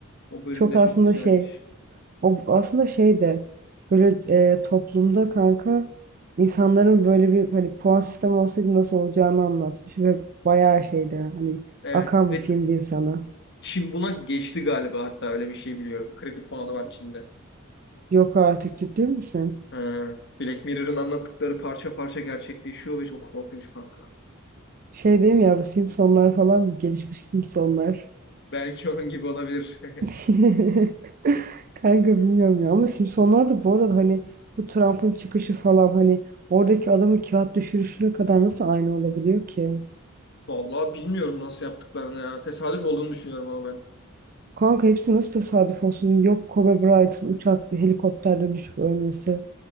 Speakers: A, on the left; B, on the right.
A: o bölüm
B: Çok
A: de
B: aslında
A: çok güzelmiş.
B: şey, o aslında şey de böyle e, toplumda kanka insanların böyle bir hani puan sistemi olsaydı nasıl olacağını anlatmış ve bayağı şeydi hani
A: Evet
B: akan
A: ve
B: bir film diyeyim sana.
A: Çin buna geçti galiba hatta öyle bir şey biliyorum. Kredi puanı var Çin'de.
B: Yok artık ciddi misin?
A: Ha, Black Mirror'ın anlattıkları parça parça gerçekleşiyor ve çok korkunç kanka.
B: Şey diyeyim ya bu Simpsonlar falan mı? Gelişmiş Simpsonlar.
A: Belki onun gibi olabilir.
B: <laughs> Kanka bilmiyorum ya ama Simpsonlar da bu arada hani bu Trump'ın çıkışı falan hani oradaki adamın kağıt düşürüşüne kadar nasıl aynı olabiliyor ki?
A: <laughs> Vallahi bilmiyorum nasıl yaptıklarını ya. Tesadüf olduğunu düşünüyorum ama ben
B: Kanka hepsi nasıl tesadüf olsun? Yok Kobe Bryant'ın uçakta helikopterden düşüp ölmesi.